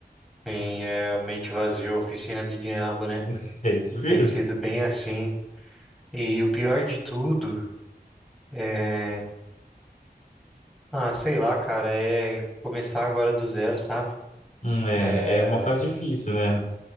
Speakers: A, in the centre; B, on the left.
A: sim, é a mente vazia, a oficina do diabo, né?
B: <laughs> É isso mesmo.
A: Tem sido bem assim. E o pior de tudo é, Ah, sei lá, cara, é começar agora do zero, sabe?
B: Hum, É,
A: É,
B: é uma fase difícil, né?